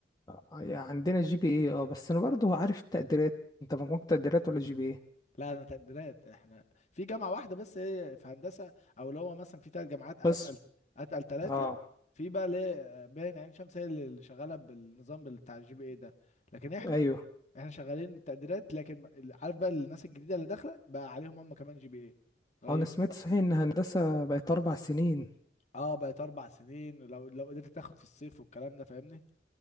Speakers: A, on the left; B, on the left.
A: آه، عندنا جي بي ايه اه بس انا برضه عارف التقديرات انت مجموعك تقديرات ولا جي بي ايه
B: لا انا تقديرات احنا في جامعه واحده بس هي في هندسه او اللي هو مثلا في ثلاث جامعات اتقل
A: بس
B: اتقل ثلاثه
A: اه
B: في بقى ليه باين عين شمس هي اللي شغاله بالنظام بتاع الجي بي ايه ده لكن احنا
A: ايوه
B: احنا شغالين التقديرات لكن عارف بقى الناس الجديده اللي داخله بقى عليهم هم كمان جي بي ايه غيروا
A: آه، انا سمعت
B: بقى
A: صحيح ان هندسة بقت اربع سنين
B: اه بقت اربع سنين لو لو قدرت تاخد في الصيف والكلام ده فاهمني